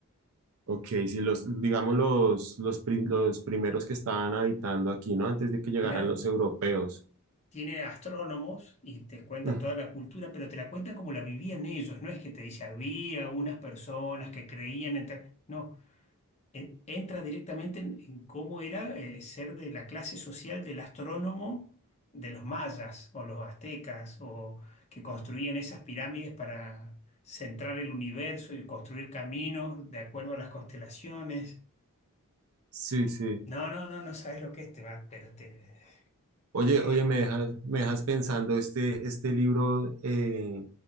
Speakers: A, on the right; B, on the left.
A: ok, si los, digamos los, los, pri- los primeros que estaban habitando aquí, ¿no? Antes de que llegaran
B: Claro.
A: los europeos.
B: tiene astrónomos y te cuentan
A: Mm,
B: toda la cultura, pero te la cuentan como la vivían ellos. No es que te dice, había unas personas que creían en tal-". No, en- entra directamente en, en cómo era eh, ser de la clase social del astrónomo de los mayas o los aztecas o que construían esas pirámides para centrar el universo y construir caminos de acuerdo a las constelaciones.
A: Sí, sí.
B: No, no, no, no sabes lo que es, te va, pero te...
A: Oye,
B: eh,
A: oye, me dejas, me dejas pensando este, este libro. eh,